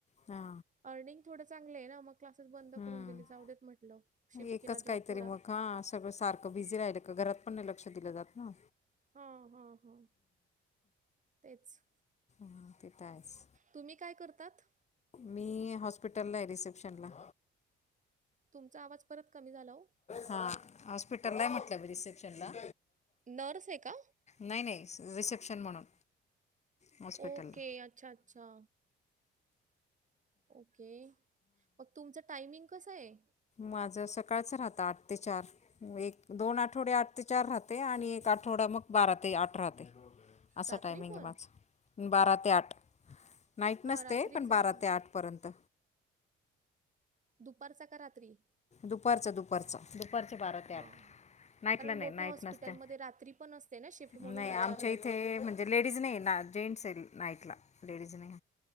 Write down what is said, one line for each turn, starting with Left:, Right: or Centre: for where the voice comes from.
Left: हा.
Right: अर्निंग थोडं चांगलं आहे ना, मग क्लासेस बंद
Left: हम्म
Right: करून दिली जाऊ देत म्हटलं, शिफ्ट
Left: एकच
Right: केला जॉब
Left: काहीतरी
Right: थोडा.
Left: मग हा सगळं सारखं बिझी राहिलं का घरात पण नाही लक्ष दिलं जात ना.
Right: हा हा हा, तेच.
Left: हा, ते तर आहेच
Right: तुम्ही काय करतात?
Left: मी हॉस्पिटललाय रिसेप्शनला.
Right: तुमचा आवाज परत कमी झाला ओ.
Left: हा हॉस्पिटल ला आहे म्हटलं, रिसेप्शनला.
Right: नसऀ आहे का?
Left: नाही नाही रिसेप्शन म्हणून. हॉस्पिटलला
Right: ओके, अच्छा! अच्छा! ओके, मग तुमचं टायमिंग कसं आहे?
Left: माझं सकाळचं राहतं आठ ते चार. एक दोन आठवडे आठ ते चार राहते आणि एक आठवडा मग बारा ते आठ राहते. असं
Right: रात्री
Left: टायमिंग
Right: पण?
Left: आहे माझं, बारा ते आठ नाईट
Right: हां,
Left: नसते
Right: रात्रीच
Left: पण बारा
Right: ना?
Left: ते आठ. परंत.
Right: दुपारचा का रात्री?
Left: दुपारचं- दुपारचं, दुपारचे बारा ते
Right: हां.
Left: आठ. नाईटला
Right: कारण
Left: नाही
Right: मोठ्या
Left: नाईट
Right: हॉस्पिटलमध्ये
Left: नसत्या,
Right: रात्री पण असते ना शिफ्ट म्हणून
Left: नाही
Right: विचारलं.
Left: आमच्या इथे म्हण लेडीज नाही ना, जेंटस नाईटला लेडीज नाही.